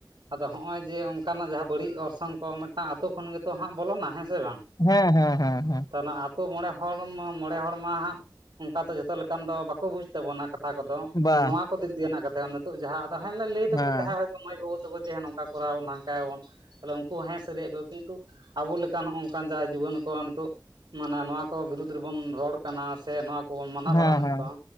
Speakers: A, on the right (about 75°); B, on the left (about 50°).
A: ᱟᱫᱚ ᱦᱚᱸᱜᱼᱚᱭ ᱡᱮ ᱚᱸᱠᱟᱢᱟ ᱡᱟᱸᱦᱟᱸ ᱵᱟᱹᱲᱤᱡ ᱚᱨᱥᱚᱝ ᱠᱚ ᱢᱮᱫᱴᱟᱝ ᱟᱛᱳ ᱠᱷᱚᱱ ᱜᱮᱛᱚ ᱦᱟᱸᱜ ᱵᱚᱞᱚᱱᱟ ᱦᱮᱸ ᱥᱮ ᱵᱟᱝ?
B: ᱦᱮᱸ ᱦᱮᱸ ᱦᱮᱸ ᱦᱮᱸ ᱦᱮᱸ!
A: ᱟᱱᱳᱣᱟ ᱟᱛᱳ ᱢᱚᱬᱮ ᱦᱚᱲᱻᱢᱟ ᱢᱚᱬᱮ ᱦᱚᱲ ᱢᱟ ᱦᱟᱸᱜ ᱚᱸᱠᱟ ᱫᱚ ᱡᱚᱛᱚ ᱞᱮᱠᱟᱱ ᱫᱚ ᱵᱟᱠᱚ ᱵᱩᱡᱽ ᱛᱟᱵᱚᱱᱟ ᱠᱟᱛ- ᱛᱟ ᱠᱚᱫᱚ,
B: ᱵᱟ
A: ᱱᱚᱣᱟ ᱠᱟᱛᱤᱨ ᱜᱮ ᱚᱱᱟ ᱠᱟᱛᱮ ᱱᱤᱛᱚᱜ ᱡᱟᱸᱦᱟ ᱟᱫᱚ ᱛᱟᱦᱮᱸᱱ ᱞᱟᱹᱭ ᱫᱚᱠᱚ
B: ᱦᱮᱸ
A: ᱡᱟᱸᱦᱟᱸᱭ ᱢᱟᱹᱭ ᱵᱟᱹᱵᱩ ᱛᱟᱠᱩ ᱡᱮ ᱱᱚᱝᱠᱟ ᱠᱚᱨᱟᱣ ᱵᱚᱱ ᱱᱷᱟᱝᱠᱟᱭᱟᱵᱚᱱ ᱛᱟᱦᱚᱞᱮ ᱩᱱᱠᱩ ᱦᱮᱸ ᱥᱟᱨᱤᱭᱟᱜ ᱠᱚ ᱜᱮᱠᱚ ᱟᱵᱚ ᱞᱮᱠᱟ ᱱᱚᱜᱼᱚᱸᱠᱟᱱ ᱡᱟᱭ ᱡᱩᱣᱟᱹᱱ ᱠᱚᱣᱟᱜ ᱱᱤᱛᱚᱜ ᱢᱟᱱᱮ ᱱᱚᱣᱟ ᱠᱚ ᱵᱤᱨᱩᱫᱽ ᱨᱮᱵᱚᱱ ᱨᱚᱲ ᱠᱟᱱᱟ ᱥᱮ ᱱᱚᱣᱟᱠ- ᱠᱚ ᱢᱟᱱᱟ
B: ᱦᱮᱸ
A: ᱵᱟᱨᱚᱱᱮᱫ
B: ᱦᱮᱸ
A: ᱠᱚᱣᱟ